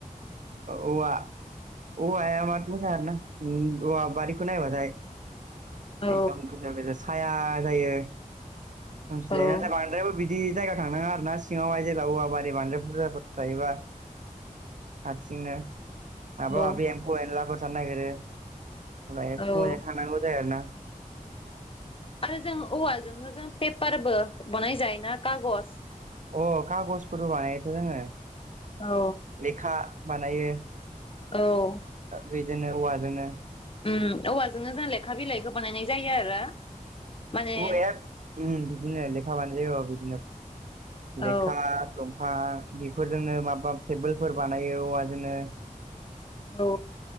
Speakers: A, on the right (about 60°); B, on the left (about 40°).
A: औवा औवाया माद मोजां आरो ना औवा बारिखौ नायबाथाय
B: औ
A: एकदम गोेजा गोजा साया जायो
B: औ
A: जिराना बांद्राय बिदि बिदि जायगायाव थांनाङा आरो ना सिङावहाय जेब्ला औवा बारि बानद्राय बुरजाफोर थायोबा हारसिंनो माबा
B: औ
A: माबि एम्फौ एनलाफोर थानो नागिरो फ्राय
B: औ
A: फुङावहाय थांनांगौ जायो आरो ना
B: आरो जों औवाजोंनो जों पेपारबो बनाय जायो ना खागज
A: अ खागजफोरबो बानायोथ' जोङो
B: औ
A: लेखा बानायो
B: औ
A: बेजोंनो औवाजोंनो
B: उम औवाजोंनो जों लेखा बिलाइखौ बानायनाय जायो आरो माने
A: औवा ओम बिदिनो लेखा बानाय जायो औ बिदिनो लेखा
B: औ
A: औ हा बेफोरजोंनो माबा टेबोलफोर बानायो औवाजोंनो
B: औ